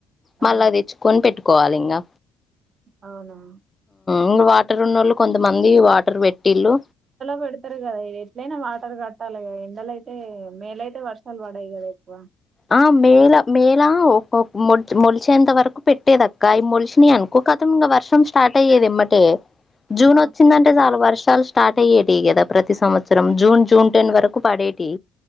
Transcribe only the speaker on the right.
ఆ
అవునా
ఎలాగో పెడతారు కదా ఇది ఎట్లయినా వాటర్ కట్టాలిగా ఎండలయితే మేలైతే వర్షాలు పడాయి కదా ఎక్కువ
ఆ